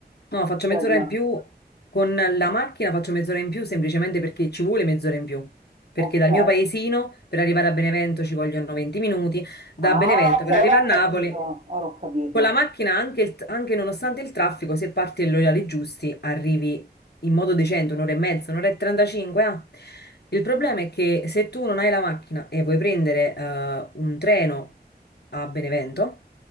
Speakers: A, on the left; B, on the right.
A: No, faccio
B: praticamente.
A: mezz'ora in più con la macchina, faccio mezz'ora in più semplicemente perché ci vuole mezz'ora in più. Perché
B: Okay.
A: dal mio paesino per arrivare a Benevento ci vogliono 20 minuti, da
B: Ah,
A: Benevento
B: okay,
A: per arrivare
B: ora ho
A: a Napoli.
B: capito, ora ho capito.
A: Con la macchina, anche, il- anche nonostante il traffico, se parti agli orari giusti, arrivi in modo decente, un'ora e mezza, un'ora e 35. ah. Il
B: Okay.
A: problema è che se tu non hai la macchina e vuoi prendere eh, un treno a Benevento,